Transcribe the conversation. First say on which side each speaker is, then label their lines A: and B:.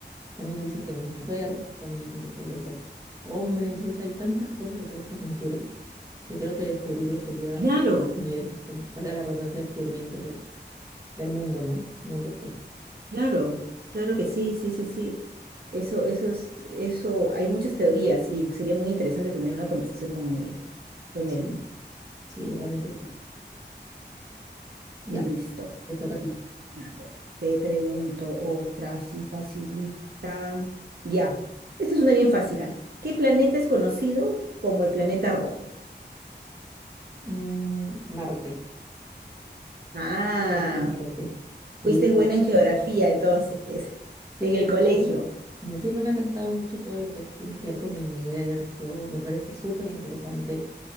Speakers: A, on the right; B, on the right.
A: También dicen que no es mujer, también dicen que podría ser hombre. Entonces hay tantas cosas detrás de esa pintura que creo que descubrirlo sería
B: Claro,
A: mayores, descom- valga la redundancia, descubrimientos de, del mundo, ¿no? El mundo actual.
B: claro, claro que sí, sí, sí, sí. Eso, eso es, eso, hay muchas teorías y sería muy interesante tener una conversación con ella, con
A: Sí,
B: él.
A: sí, realmente sí. Ya,
B: Listo.
A: te toca a ti.
B: A ver, Te pregunto otra, así facilita. Ya, esta es una bien fácil, ¿ah? ¿Qué planeta es conocido como el planeta rojo?
A: Mm, Marte.
B: Ah.
A: El planeta Marte. Sí,
B: Fuiste buena en geografía entonces,
A: sí,
B: en el
A: en
B: colegio.
A: verdad, me- siempre me ha gustado mucho todo lo que es- tiene que ver con el universo. Me parece súper interesante.